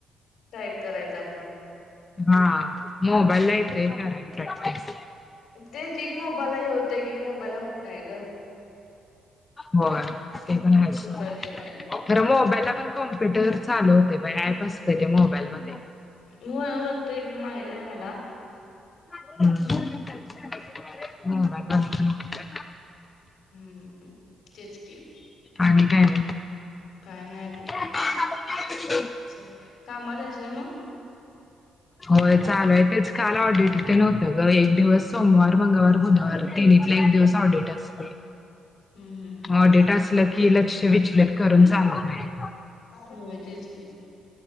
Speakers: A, on the left (about 70°); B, on the left (about 25°).
A: टाईप करायचं आपण.
B: हां मोबाईलला येतय कराय प्रॅक्टिस.
A: ते एकेक मोबाईलला हे होते. एकेक मोबाईलला होत नाही ग.
B: होय. ते पण हायच सोड.
A: असा विषय आहे.
B: खरं मोबाईलला पण कॉम्प्युटर चालू होते बघ ते अँप असते मोबाईल मध्ये.
A: वा होतय कि माहित आहे मला.
B: हम् हम् मोबाईल मध्ये पण होत्यात.
A: हम्म. तेच की.
B: आणि काय मग.
A: काय नाही बघ.
B: <unintelligible>
A: च कामात असल्यामुळ.
B: होय चालू आहे तेच काल ऑडिट तेन होतं ग एक दिवस सोमवार, मंगळवार, बुधवार तिनीतले एक दिवस. ऑडिट असतय.
A: हम्म हम्म
B: ऑडिट असलं की लक्ष विचलित करून चालत नाही.
A: होय तेच की.